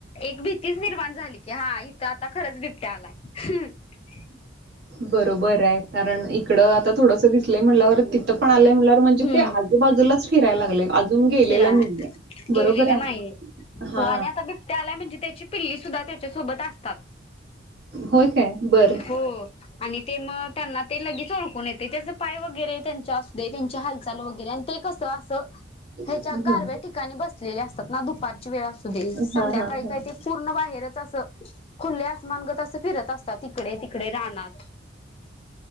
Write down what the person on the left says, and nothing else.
एक भीतीच निर्माण झाली की हा इथ आता खरच बिबट्या आलाय. <inaudible>
हम्म
फिराय
गेलेल्या
नाहीये.
हो आणि आता बिबट्या आलाय म्हणजे त्याची पिल्ली सुद्धा त्याच्यासोबत अस.
हो आणि ते मग त्यांना ते लगेच ओळखून येत. त्याच्याच पाय वगैरे त्यां. <unintelligible> त्यांच्या हालचाल वगैरे आणि ते कस असं ह्याच्या
गारव्या ठिकाणी बसलेले असतात ना दुपारची वेळ असू दे संध्याकाळी
काही ते पूर्ण बाहेरच असं खुले आमानगत अस फिरत असतात तिकडे तिकडे राहना